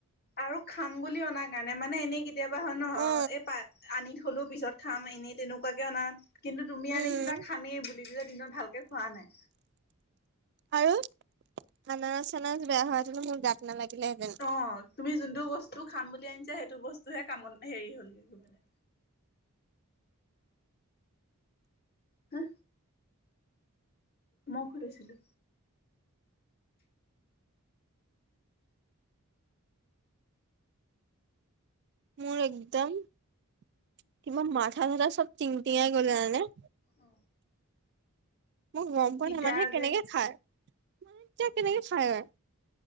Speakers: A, on the left (about 45°); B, on the right (about 50°).
A: আৰু খাম বুলি অনা কাৰণে মানে এনেই ক কেতিয়াবা হয় ন
B: অ
A: এই পা আনি থলো পিছত খাম এনেই তেনেকুৱাকে অনা কিন্তু তুমি
B: উম
A: আনিছিলা খামেই বুলি দিলে দিনত ভালকে খোৱা নাই।
B: আৰু খানাজ চান বেয়া হোৱাতনো মোৰ গাত নালাগিলেহেঁতেন।
A: অ, তুমি যোনটো বস্তু খাম বুলি আনিছা। সেইটো বস্তু হে কামত হেৰি হলগৈ গৈ পলে হা মই খুলিছিলো।
B: মোৰ একদম কিবা মাথা-চাথা চব টিং টিঙাই গ'লে জানানে।
A: অ
B: মোক গম পোৱা
A: তিতা
B: নাই মানুহে কেনেকে
A: যে
B: খায় মান এতিয়া কেনেকে খায় আৰু।